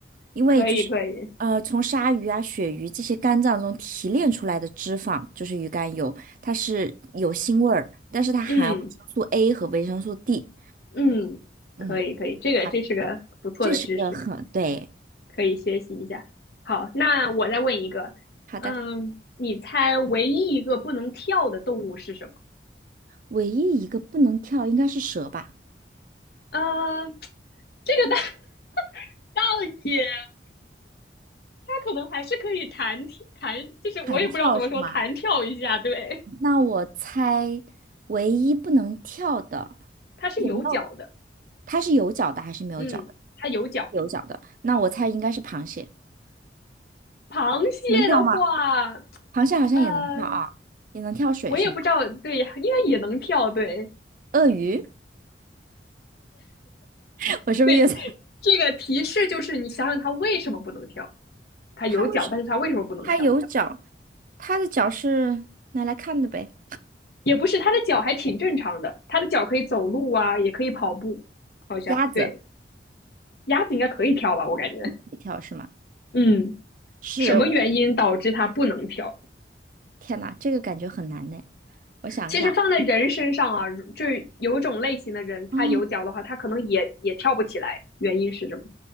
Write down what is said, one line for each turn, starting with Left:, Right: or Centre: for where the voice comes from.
Right: 因为就是呃，
Left: 可以可以，
Right: 从鲨鱼啊、鳕鱼这些肝脏中提炼出来的脂肪就是鱼肝油，它是有腥味儿，但是它含维生素
Left: 嗯。
Right: A 和维生素 D。
Left: 嗯，
Right: 嗯。
Left: 可以可以，这个这是个不错的知识，
Right: 好。这是个很对。
Left: 可以学习一下。好，那我再问一个，
Right: 好的，
Left: 嗯，你猜唯一一个不能跳的动物是什么？
Right: 唯一一个不能跳应该是蛇吧？
Left: 嗯，这个倒 <laughs> 倒也，它可能还是可以弹跳弹，就是我也不知道怎么说，
Right: 弹跳是吗？
Left: 弹跳一下。对，
Right: 那我猜唯一不能跳的
Left: 它是有脚的，
Right: 有没有？它是有脚的还是没有脚的？
Left: 嗯，它有脚。
Right: 有脚的，那我猜应该是螃蟹。
Left: 螃蟹的话，
Right: 能跳吗？螃蟹好像也能跳啊，
Left: 呃，
Right: 也能跳水是吗？
Left: 我也不知道，对，应该也能跳，对，
Right: 鳄鱼，<laughs>
Left: <laughs>
Right: 我是不是越猜
Left: 对，这个提示就是你想想它为什么不能跳？
Right: <laughs>？
Left: 它有脚，
Right: 它为什
Left: 但是它为什么不能跳？
Right: 它有脚，它的脚是拿来看的呗。
Left: 也不是，它的脚还挺正常的，它的脚可以走路啊，也可以跑步，好像对。
Right: 鸭子，
Left: 鸭子应该可以跳吧，我感觉。
Right: 它可以跳是吗？
Left: 嗯，
Right: 是，
Left: 什么原因导致它不能跳？
Right: 天呐，这个感觉很难呢。我想一下，
Left: 其实放在人身上啊，就有一种类型的人，他有脚的话，
Right: 啊，
Left: 他可能也也跳不起来，原因是什么？